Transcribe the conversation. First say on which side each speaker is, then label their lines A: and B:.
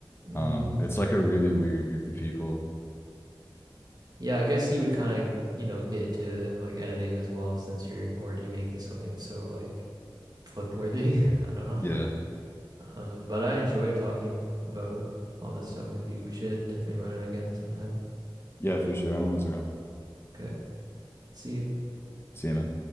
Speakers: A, on the right; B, on the left.
A: Mm.
B: Um, it's like a really weird group of people.
A: Yeah, I guess you would kind of, you know, get into like editing as well since you're already making something so like clip worthy. <laughs> I don't know.
B: Yeah.
A: Um, but I enjoyed talking about all this stuff with you. We should definitely run it again sometime.
B: Yeah, for sure. I'm always around.
A: Okay. See you.
B: See you, man.